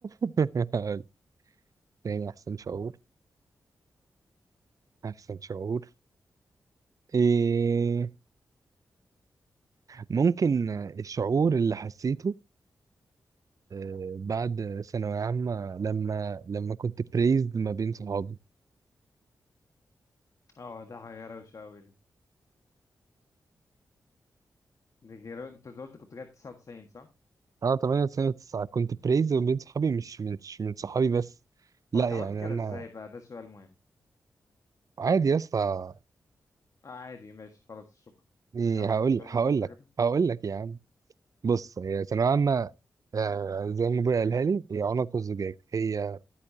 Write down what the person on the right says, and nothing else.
<laughs> هقول تاني احسن شعور احسن شعور إيه ممكن الشعور اللي حسيته آه، بعد ثانوية عامة لما لما كنت بريزد ما بين صحابي
أنا 8 سنة 9 كنت بريزد ما بين صحابي مش مش من صحابي بس لا
يعني
أنا
عادي يا اسطى
إيه،
هقول
هقول
لك
هقول لك يا عم بص هي ثانوية عامة آه، زي ما ابويا قالها لي هي عنق الزجاج هي